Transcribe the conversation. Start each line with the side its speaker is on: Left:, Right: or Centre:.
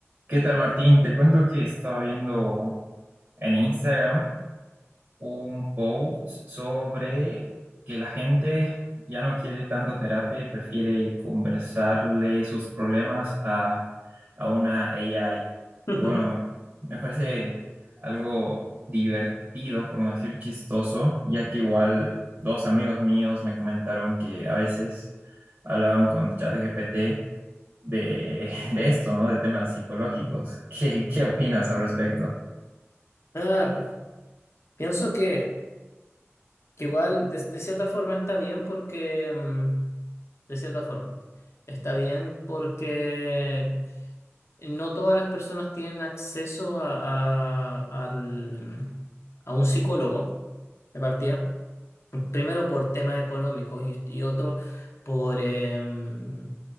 Right: ¿Qué tal, Martín? Te cuento que estaba viendo en Instagram un post sobre que la gente ya no quiere tanta terapia y prefiere conversarle sus problemas a, a una AI.
Left: <laughs>
Right: Y bueno, me me parece algo divertido, por no decir chistoso, ya que igual dos amigos míos me comentaron que a veces hablaban con ChatGPT de, <laughs> de esto, ¿no? De temas psicológicos. <laughs> ¿Qué, qué opinas al respecto?
Left: Ah, pienso que, que igual de, de cierta forma está bien porque, mm, de cierta forma, está bien porque no todas las personas tienen acceso a, a, al- a un psicólogo de partida. Primero por temas económicos y, y otro por, em,